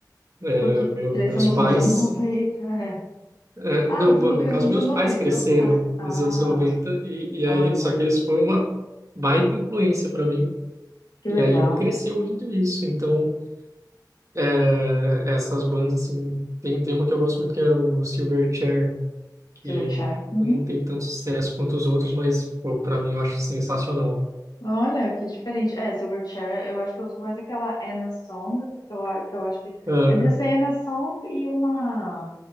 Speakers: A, on the right; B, on the left.
A: é,
B: Porque
A: meu,
B: crescemos
A: meus pais...
B: nos anos noventa <laughs>
A: é,
B: Ah,
A: não,
B: você
A: bom,
B: não
A: no
B: cresceu
A: caso,
B: nos
A: meus
B: anos
A: pais
B: 90,
A: cresceram
B: seus pais. Ah,
A: nos anos noventa E, e
B: olha,
A: aí, só que eles foram uma baita influência para mim.
B: que
A: E
B: legal.
A: aí eu cresci ouvindo isso. Então, é, essas bandas, assim... Tem, tem uma que eu gosto muito que é o Silverchair, que
B: Silverchair. Uhum.
A: não tem tanto sucesso quanto os outros, mas, pô, para mim, eu acho sensacional.
B: Olha, que diferente. É, Silverchair, eu acho que eu sou mais aquela Anna Song, que eu, a- que eu acho que
A: Aham,
B: é dessa Anna Song e uma